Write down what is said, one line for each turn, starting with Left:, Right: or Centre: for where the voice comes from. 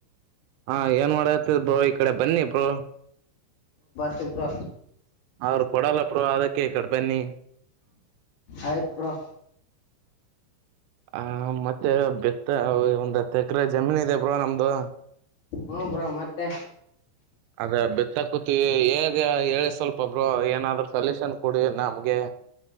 Right: ಹ ಏನ್ ಮಾಡ. ಬ್ರೋ ಈ ಕಡೆ ಬನ್ನಿ ಬೋ.
Left: <unintelligible> ಬ್ರೋ
Right: ಅವ್ರರು ಕೊಡಲ್ಲ ಬ್ರೋ ಅದಕ್ಕೆೇ ಈ ಕಡೆ ಬನ್ನಿ
Left: ಆಯ್ತು ಬ್ರೋ
Right: ಹ ಮತ್ತೆ ಮತ್ತೆ ಒಂದು ಹಾತು ಎಕ್ಕ ಹೂತು ಎಕರೆ ಜಮೀನ್ ಇದೆ ಬ್ರೋ ನಮ್ದು
Left: ಹ್ಮ್ ಬ್ರೋ ಮತ್ತೆ
Right: ಅದ ಬೆತ್ತಾಕತಿೀವಿ ಹೇಗೆ ಹೇಳಿ ಸ್ವಲ್ಪ ಒೊಬ್ರು ಏನಾದ್ರೂ ಸಲ್ಯೂಷನ್ ಕೊಡಿ ನಮ್ಗೆ